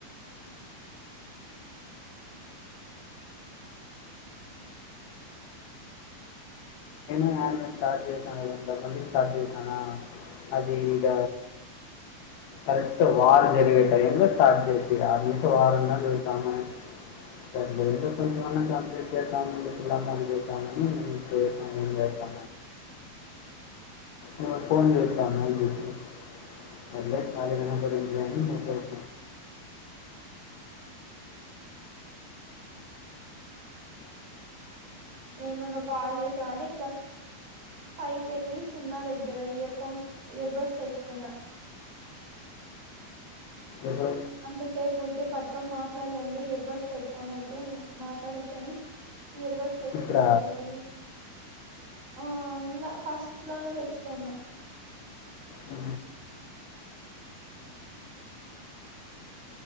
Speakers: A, on the left; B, on the right.
A: సాయంత్రం స్టార్ట్ చేసినా కదా ఇంక మళ్ళీ స్టార్ట్ చేసినా అది ఈడ కరెక్ట్ వార్ జరిగే టైం లో స్టార్ట్ చేసి అది నుంచి వారంన్నా చతామనే సర్లే ఇంకా కొంచెంమన్నా కంప్లీట్ చేద్దామని పిల్లా మోగ చేస్తామని ఇంగా చేసిన నా ఇంకా ఫోన్ చేసినా నా నీకి సర్లే ఖాళీగా ఉన్నప్పుడు ఏంలేని మెసేజ్
B: నేను నువ్వు కాల్ చేసావని ఇంకా పైకెళ్ళలి సుమన దగ్గర ఇయర్ఫో ఇయర్బడ్స్ తెచ్చుకున్న
A: ఎప్పుడు
B: అంతసేపు ఊరికే పట్టుకొని మాట్లాడలేంలే ఇయర్బడ్స్ పెట్టుకొని అయితే మాట్లాడొచ్చని ఇయర్బడ్స్ తెచ్చుకున్న
A: ఇక్కడ
B: పైకలు ఆ ఇంద ఫస్ట్ లోనే తెచ్చుకున్నా
A: ఉ